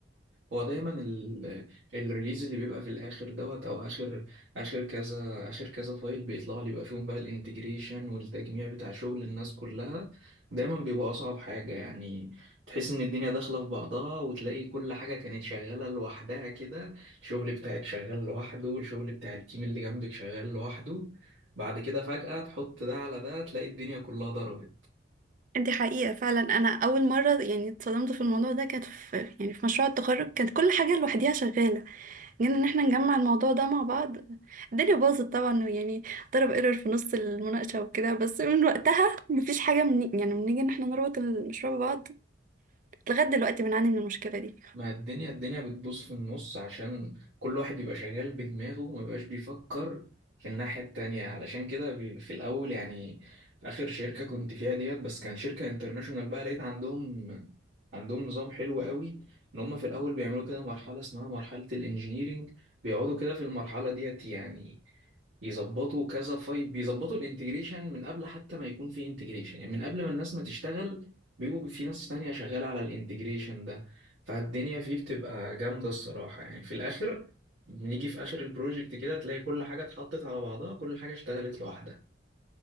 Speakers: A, on the right; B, on the right.
A: هو دايما ال- الريليز اللي بيبقى في الاخر دوت او اخر اخر كذا اخر كذا فايل بيطلع لي بيبقى فيهم بقى الانتجريشن والتجميع بتاع شغل الناس كلها دايما بيبقى اصعب حاجة يعني تحس ان الدنيا داخلة في بعضها وتلاقي كل حاجة كانت شغالة لوحدها كده الشغل بتاعك شغال لوحده الشغل بتاع التيم اللي جنبك شغال لوحده بعد كده فجأة تحط ده على ده تلاقي الدنيا كلها ضربت
B: دي حقيقة فعلا انا اول مرة يعني اتصدمت في الموضوع ده كانت في يعني في مشروع التخرج كانت كل حاجة لوحديها شغالة يعني ان احنا نجمع الموضوع ده مع بعض الدنيا باظت طبعا يعني ضرب ايرور في نص المناقشة وكده بس من وقتها مفيش حاجة من يعني بنيجي ان احنا نربط المشروع ببعض لغاية دلوقتي بنعاني من المشكلة دي
A: ما الدنيا الدنيا بتبوظ في النص عشان كل واحد يبقى شغال بدماغه وما يبقاش بيفكر في الناحية التانية علشان كده بي- في الأول يعني في آخر شركة كنت فيها ديت بس كانت شركة انترناشونال بقى لقيت عندهم عندهم نظام حلو قوي إن هم في الأول بيعملوا كده مرحلة اسمها مرحلة الإنجينيرينج بيقعدوا كده في المرحلة ديت يعني يظبطوا كذا فايل بيظبطوا الانتجريشن من قبل حتى ما يكون في انتجريشن يعني من قبل ما الناس ما تشتغل بيبقوا في ناس تانية شغالة على الانتجريشن ده فالدنيا فيه بتبقى جامدة الصراحة يعني في الآخر بنيجي في آخر البروجكت كده تلاقي كل حاجة اتحطت على بعضها كل حاجة اشتغلت لوحدها